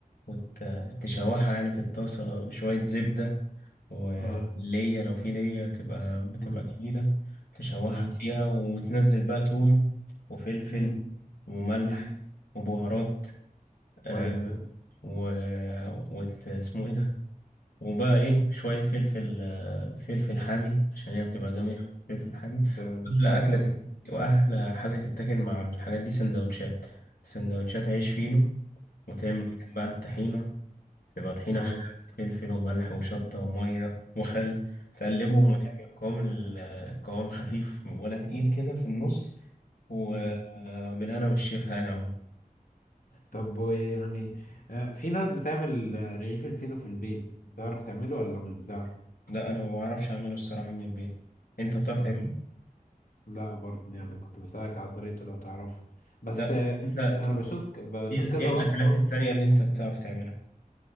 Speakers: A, on the left (about 80°); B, on the left (about 70°).
A: وتشوحها يعني في الطاسه شويه زبده وليا
B: اه
A: لو في ليا تبقى بتبقى
B: امم
A: جميلة تشوحها
B: امم
A: فيها وتنزل بقى توم وفلفل
B: امم
A: وملح
B: امم
A: وبهارات آه
B: ايوه أيوة.
A: و... وت... اسمه ايه ده وبقى ايه شوية فلفل آه فلفل حامي عشان هي بتبقى جميلة
B: أمم.
A: أوي فلفل حامي
B: ده الشطه
A: وأحلى أكلة تت... وأحلى حاجة تتاكل مع الحاجات دي سندوتشات سندوتشات عيش فينو وتعمل
B: امم
A: جنبها الطحينة تبقى طحينة
B: اه
A: خام، فلفل وملح وشطة ومية وخل تقلبهم وتعمل قوام ال- القوام خفيف ولا تقيل كده في النص وبالهنا
B: امم
A: والشفا يعني اهو
B: طب ويعني آه، في ناس بتعمل آه، رغيف الفينو في البيت بتعرف تعمله ولا مش بتعرف
A: لا انا ما بعرفش اعمله الصراحة من البيت انت بتعرف
B: مم،
A: تعمله؟
B: لا برضه يعني كنت بسألك على طريقته لو تعرفها بس
A: لا
B: آه،
A: انت
B: انا بشوف ك- بشوف
A: ايه ال-
B: كذا
A: إيه الاكلات
B: وصفة
A: التانية اللي انت بتعرف تعملها؟